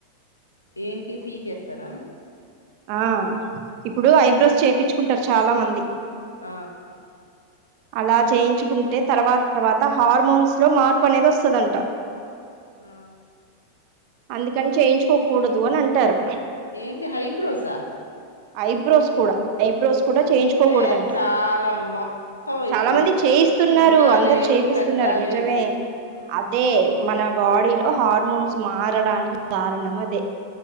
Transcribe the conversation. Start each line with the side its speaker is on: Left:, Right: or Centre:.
Left: ఏంటి పీకేస్తారా
Right: ఆ ఇప్పుడు
Left: ఆ
Right: ఐబ్రోస్ చేపిచ్చుకుంటారు చాలా మంది
Left: ఆ
Right: అలా చేయించుకుంటే తర్వాత తర్వాత హార్మోన్స్ లో మార్పు అనేది వస్తదంట
Left: ఆ
Right: అందుకని చేయించుకోకూడదు అని అంటారు
Left: ఏంటి హైబ్రౌసా
Right: ఐబ్రోస్ కూడా ఐబ్రోస్ కూడా చేయించుకోకూడదంట
Left: ఏ చాలా మొత్తం
Right: చాలా
Left: ఇప్పుడు
Right: మంది చేయిస్తున్నారు
Left: చిన్న
Right: అందరు
Left: లేదు
Right: చేపిస్తున్నారు
Left: పెద్ద
Right: నిజమే
Left: లేదు ఆ
Right: అదే మన బాడీలో హార్మోన్స్ మారడానికి కారణం అదే